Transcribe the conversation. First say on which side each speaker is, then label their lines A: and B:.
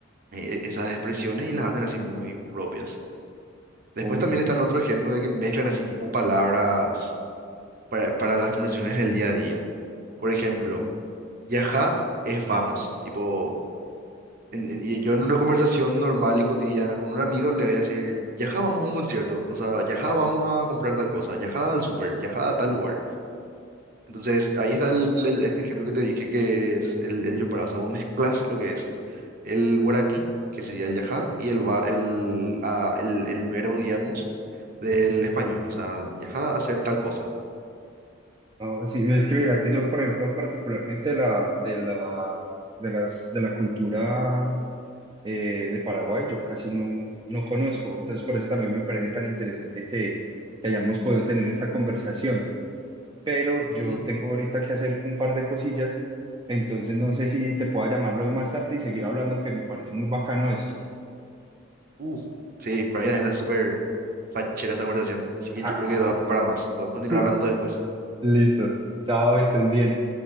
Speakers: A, on the right; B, on the right.
A: eh, esas expresiones y las hacen así muy propias. Después
B: oh,
A: también
B: sí,
A: está
B: sí.
A: el otro ejemplo de que mezclan así tipo palabras para, para las conversaciones en el día a día. Por ejemplo, yajá es vamos, tipo en- en- y yo en una conversación normal y cotidiana con un amigo le voy a decir, Yaja, vamos a un concierto, o sea, Yaja, vamos a comprar tal cosa, Yaja al súper, Yaja a tal lugar. Entonces, ahí está el, el- este ejemplo que te dije que es el, el Yopara, o sea, vos mezclas lo que es el guaraní, que sería el Yaja, y el, va- el, ah, el, el verbo, digamos, del español, o sea, Yaja hacer tal cosa.
B: No, sí, es que mira que yo, por ejemplo, particularmente la, de la, de las, de la cultura eh, de Paraguay yo casi no, no conozco. Entonces, por eso también me parece tan interesante que, que hayamos podido tener esta conversación. Pero yo
A: Ujú.
B: tengo ahorita que hacer un par de cosillas, entonces no sé si te pueda llamar luego más tarde y seguir hablando, que me parece muy bacano esto.
A: Uh, sí, para mí también
B: ¿sí?
A: está súper fachera esta conversación, así que
B: Ajá.
A: yo creo que da para más. Podemos continuar
B: <laughs>
A: hablando después.
B: Listo. Chao, estés bien.